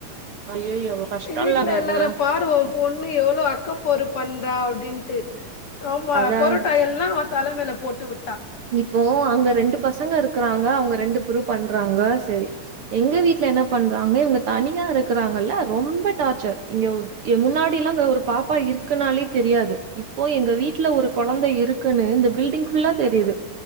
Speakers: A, on the right; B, on the left.
A: ஐயையோ கஷ்டோல்லங்க
B: வீட்டுல எல்லாரு
A: அது
B: பாரு உ பொண்ணு எவ்ளோ அக்கப்போரு பண்றா அப்டின்ட்டு ஆமா
A: அதா
B: பொரோட்டா எல்லா தலமேல போட்டு விட்ட
A: இப்போ அங்க ரெண்டு பசங்க இருக்றாங்க அவங்க ரெண்டு புரு பண்றாங்க செரி எங்க வீட்ல என்ன பண்றாங்க இவங்க தனியா இருக்கறாங்கல்ல ரொம்ப டாச்சர் இங்க எ முன்னாடிலா அங்க ஒரு பாப்பா இருக்குனாலே தெரியாது இப்போ எங்க வீட்ல ஒரு கொழந்த இருக் குனு இந்த பில்டிங் ஃபுல்லா தெரியுது